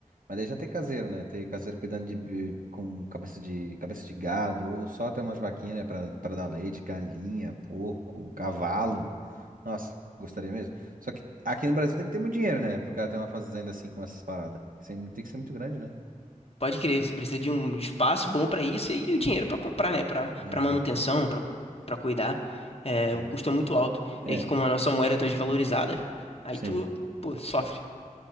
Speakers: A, on the right; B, on the left.
A: Mas daí já ter caseiro, né? Ter caseiro cuidando de, bi- com cabeça de, cabeça de gado, ou só ter umas vaquinhas, né? Pra, pra dar leite, galinha, porco, cavalo. Nossa, gostaria mesmo. Só que aqui no Brasil tem que ter muito dinheiro, né? Pro cara ter uma fazenda assim com essas paradas. Sem- Tem que ser muito grande, né?
B: Pode crer, você precisa de um espaço bom pra isso e o dinheiro pra comprar, né? Pra
A: É.
B: para manutenção, pra para cuidar. É,
A: uhum.
B: o custo é muito alto.
A: É,
B: E aqui, como a nossa moeda tá desvalorizada, aí
A: sim.
B: tu, pô, sofre.